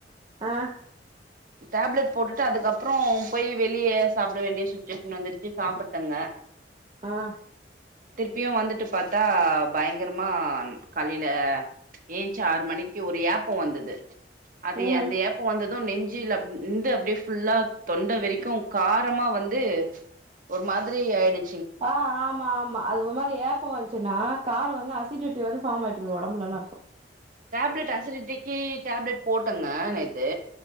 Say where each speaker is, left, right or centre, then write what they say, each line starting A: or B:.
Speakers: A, on the right; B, on the right.
A: ஆஹ்
B: டேப்லெட் போட்டுட்டு அதுக்கப்புற போய் வெளியே சாப்பிட வேண்டிய சுச்சுவேஷன் வந்துருச்சு சாப்பட்டேங்க
A: ஆஹ்
B: திருப்பியு வந்துட்டு பாத்தா பயங்கரமா காலையில ஏஞ்ச்சி ஆறு மணிக்கு ஒரு ஏப்ப வந்தது அதே
A: ம்
B: அந்த ஏப்ப வந்த நெஞ்சில் அ நந்து அப்டியே ஃபுல்லா தொண்டை வரைக்கு காரமா வந்து ஒரு மாதிரி ஆயிடுச்
A: ஆஹ் ஆமா ஆமா அது மாரி ஏப்போ வந்துச்சுன்னா கார வந்து அஸ் சி டிட்டு வந்து பார்ம்ஆய்ட்ருக்கு உடம்புலல்லனு அர்த்த
B: டேப்லெட் அசிடிட்டி டேப்லெட் போட்டங்க நேத்து